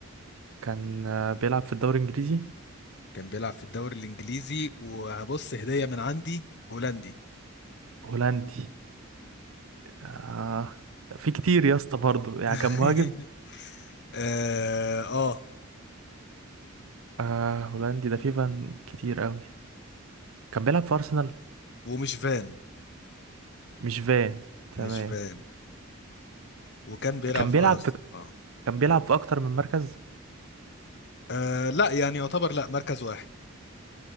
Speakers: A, on the right (about 80°); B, on the left (about 55°).
A: كان آه بيلعب في الدوري الانجليزي
B: كان بيلعب في الدوري الانجليزي وهبص هدية من عندي هولندي
A: هولندي آه في كتير يا اسطى برضه يعني
B: <laughs>
A: كان مهاجم
B: اه آه.
A: آه هولندي ده في فان كتير قوي كان بيلعب في ارسنال
B: ومش فان
A: مش فان تمام
B: مش فان وكان بيلعب
A: كان
B: في
A: بيلعب
B: ارسنال
A: في
B: اه
A: كان بيلعب في اكتر من مركز
B: آه، لا يعني يعتبر لا مركز واحد